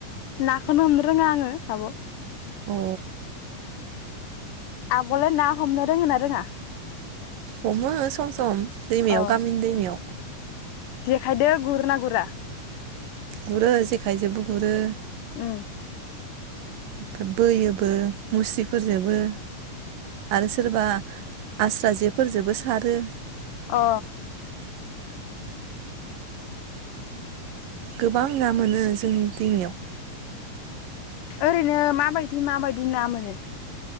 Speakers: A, on the left; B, on the right.
A: नाखौनो हमनो रोङा आङो आब'
B: अ
A: आब'आलाय ना हमनो रोङो ना रोङा?
B: हमो सम सम दैमायाव
A: अ
B: गामिनि दैमायाव
A: खायदो गुरो ना गुरा?
B: गुरो जेखाइजोंबो गुरो
A: उम
B: ओमफाय बोयोबो मुस्रि फोरजोबो आरो सोरबा आस्रा जेफोरजोबो सारो
A: अ
B: गोबां ना मोनो जोंनि दैमायाव।
A: ओरैनो माबायदि माबायदि ना मोनो?